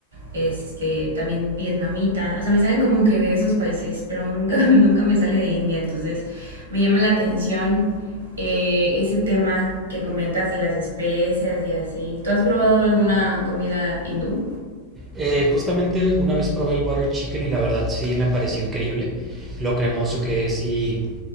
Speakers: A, on the right; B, on the right.
A: este, también vietnamita, o sea, me salen como que de esos países, pero nunca, <laughs> nunca me sale de India, entonces me llama la atención eh, ese tema que comentas de las especias y así. ¿Tú has probado alguna comida hindú?
B: Eh, justamente una vez probé el butter chicken y la verdad sí me pareció increíble. Lo cremoso que es y,